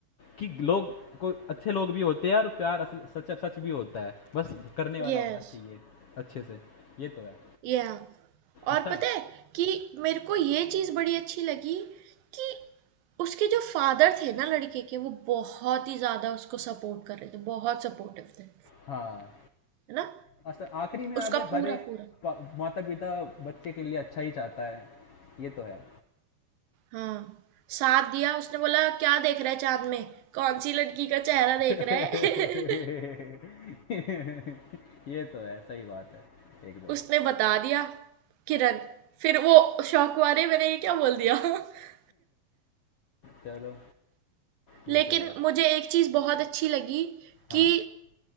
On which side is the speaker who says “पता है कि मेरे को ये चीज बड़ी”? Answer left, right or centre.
Right